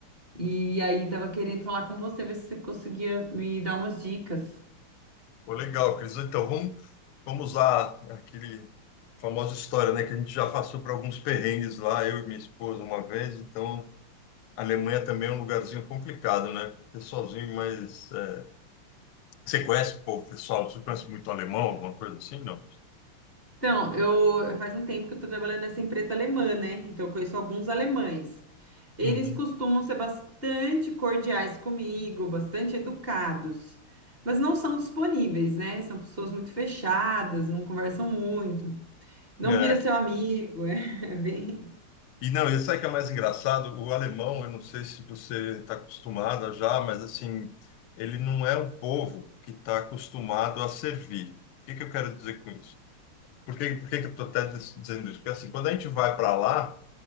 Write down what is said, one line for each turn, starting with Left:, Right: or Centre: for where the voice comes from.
Right: E aí tava querendo falar com você, ver se você conseguia me dar umas dicas.
Left: Pô, legal, Cris. Então, vamos, vamos usar aquele famosa história, né? Que a gente já passou por alguns perrengues lá, eu e minha esposa uma vez. Então, a Alemanha também é um lugarzinho complicado, né? Porque sozinho, mas... é, Você conhece, pô, pessoal? Você conhece muito alemão, alguma coisa assim, não?
Right: Então, eu faz um tempo que eu estou trabalhando nessa empresa alemã, né? Então, eu conheço alguns alemães. Eles
Left: Uhum.
Right: costumam ser bastante cordiais comigo, bastante educados, mas não são disponíveis, né? São pessoas muito fechadas, não conversam muito, não
Left: É,
Right: vira seu amigo, <laughs> é bem.
Left: E não, e sabe o que é mais engraçado? O alemão, eu não sei se você está acostumada já, mas assim, ele não é um povo que está acostumado a servir. O que que eu quero dizer com isso? Por que, por que que eu estou até dis- dizendo isso? Porque assim, quando a gente vai para lá,